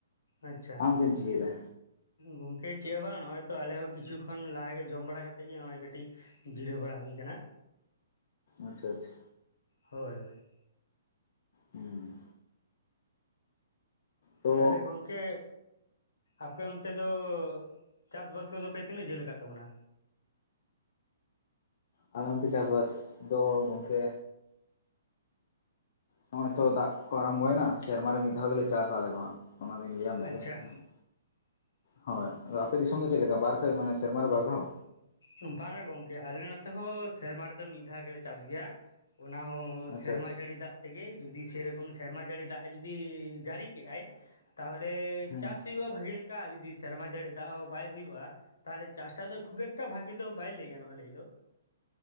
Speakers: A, on the left; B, on the left.
A: ᱟᱪᱪᱷᱟ᱾
B: ᱟᱢ ᱪᱮᱫ ᱮᱢ ᱪᱤᱠᱟᱹᱭᱮᱫᱟ?
A: ᱜᱚᱝᱠᱮ ᱪᱮᱫ ᱦᱚᱸ ᱵᱟᱝ ᱱᱚᱜ-ᱚᱭ ᱛᱚ ᱟᱞᱮ ᱦᱚᱸ ᱠᱤᱪᱷᱩ ᱠᱷᱚᱱ ᱞᱟᱦᱟᱜᱮ ᱡᱚᱢ ᱵᱟᱲᱟ ᱠᱟᱛᱮᱜ ᱜᱮ ᱱᱚᱜᱼᱚᱭ ᱠᱟᱹᱴᱤᱡ ᱡᱤᱨᱟᱹᱣ ᱵᱟᱲᱟ ᱦᱩᱭ ᱠᱟᱱᱟ᱾
B: ᱟᱪᱪᱷᱟ ᱟᱪᱪᱷᱟ᱾
A: ᱦᱳᱭ ᱦᱳᱭ᱾
B: ᱦᱩᱸ ᱛᱚ
A: ᱛᱟᱦᱞᱮ ᱜᱚᱝ ᱠᱮ ᱟᱯᱮ ᱚᱱᱛᱮ ᱫᱚ ᱪᱟᱥᱵᱟᱥ ᱠᱚᱫᱚ ᱯᱮ ᱛᱤᱱᱟᱹᱜ ᱡᱷᱟᱹᱞ ᱟᱠᱟᱫ ᱛᱟᱵᱚᱱᱟ?
B: ᱟᱞᱮ ᱱᱚᱛᱮ ᱪᱟᱥᱵᱟᱥ ᱫᱚ ᱜᱚᱝᱠᱮ ᱱᱚᱜ-ᱚᱭ ᱛᱚ ᱫᱟᱜ ᱠᱚ ᱟᱨᱟᱢᱵᱚᱭᱮᱱᱟ ᱥᱮᱨᱢᱟᱨᱮ ᱢᱤᱫ ᱫᱷᱟᱣ ᱜᱮᱞᱮ ᱪᱟᱥᱟ ᱟᱞᱮ ᱫᱚ ᱦᱟᱸᱜ, ᱚᱱᱟ ᱫᱩᱧ ᱞᱟᱹᱭᱟᱢ ᱞᱮᱜᱮ
A: ᱟᱪᱪᱷᱟ
B: ᱢᱟᱱᱮ ᱦᱳᱭ᱾ ᱟᱫᱚ ᱟᱯᱮ ᱫᱤᱥᱚᱢ ᱫᱚ ᱪᱮᱫ ᱞᱮᱠᱟ ᱵᱟᱨᱥᱮᱫ, ᱢᱟᱱᱮ ᱥᱮᱨᱢᱟᱨᱮ ᱵᱟᱨ ᱫᱷᱟᱣ?
A: ᱵᱟᱝᱟ ᱜᱚᱝᱠᱮ ᱟᱞᱮ ᱱᱚᱛᱮ ᱦᱚᱸ ᱥᱮᱨᱢᱟ ᱨᱮᱫᱚ ᱢᱤᱫ ᱫᱷᱟᱣ ᱜᱮᱞᱮ ᱪᱟᱥ ᱜᱮᱭᱟ᱾ ᱚᱱᱟ ᱦᱚᱸ
B: ᱟᱪᱪᱷᱟ
A: ᱥᱮᱨᱢᱟ
B: ᱟᱪᱪᱷᱟ
A: ᱡᱟᱹᱲᱤ ᱫᱟᱜ ᱛᱮᱜᱮ᱾ ᱡᱩᱫᱤ ᱥᱮᱨᱚᱠᱚᱢ ᱥᱮᱨᱢᱟ ᱡᱟᱹᱲᱤ ᱫᱟᱜ ᱡᱩᱫᱤ ᱡᱟᱹᱲᱤ ᱠᱮᱜ-ᱟᱭ ᱛᱟᱦᱚᱞᱮ
B: ᱦᱩᱸ
A: ᱪᱟᱥ ᱦᱩᱭᱩᱜ-ᱟ ᱵᱷᱟᱜᱤ ᱞᱮᱠ ᱠᱟ ᱡᱩᱫᱤ ᱥᱮᱨᱢᱟ ᱡᱟᱹᱲᱤ ᱫᱟᱜ ᱦᱚᱸ ᱵᱟᱭ ᱦᱩᱭᱩᱜ-ᱟ, ᱛᱟᱦᱞᱮ ᱪᱟᱥᱴᱟ ᱫᱚ ᱠᱷᱩᱵᱮ ᱴᱟ ᱵᱷᱟᱜᱤ ᱫᱚ ᱵᱟᱭ ᱞᱟᱹᱭ ᱜᱟᱱᱚᱜ-ᱟ ᱞᱟᱹᱭ ᱫᱚ᱾